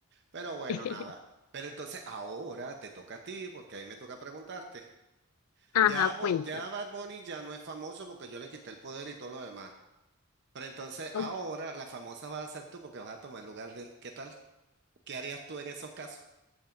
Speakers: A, on the right; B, on the left.
A: Pero bueno,
B: <laughs>
A: nada. Pero entonces ahora te toca a ti, porque ahí me toca preguntarte.
B: Ajá,
A: Ya, Bo-
B: cuéntame.
A: ya Bad Bunny ya no es famoso porque yo le quité el poder y todo lo demás. Pero entonces
B: Ok.
A: ahora la famosa vas a ser tú porque vas a tomar el lugar de él. ¿Qué tal? ¿Qué harías tú en esos casos?